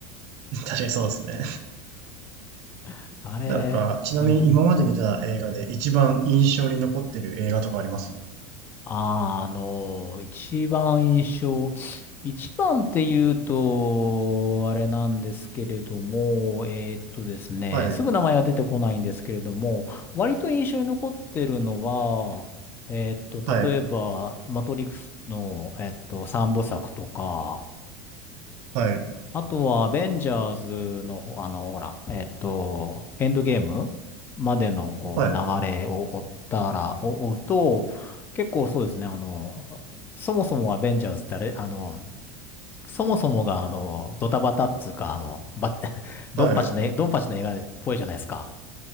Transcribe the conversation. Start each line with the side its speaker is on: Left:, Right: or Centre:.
Right: 確かにそうですね。
Left: <laughs> あれ、
Right: なんか、ちなみに今まで見た映画で一番印象に残ってる映画とかあります
Left: うん。あの、一番印象、一番って言うと、あれなんですけれども、えーっとですね、
Right: はい、
Left: すぐ名前が出てこないんですけれども、割と印象に残ってるのは、えーっと、
Right: はい、
Left: 例えば、マトリックスの、えーっと、三部作とか、
Right: はい、
Left: あとは、アベンジャーズのほ、あの、ほら、えっと、エンドゲームまでの、こう、
Right: はい、
Left: 流れを追ったら、お追うと、結構そうですね、あの、そもそもアベンジャーズってあれ、あの、そもそもが、あの、ドタバタっつうか、あの、ば、<laughs> ドンパチの、
Right: はい。
Left: ドンパチの映画っぽいじゃないですか。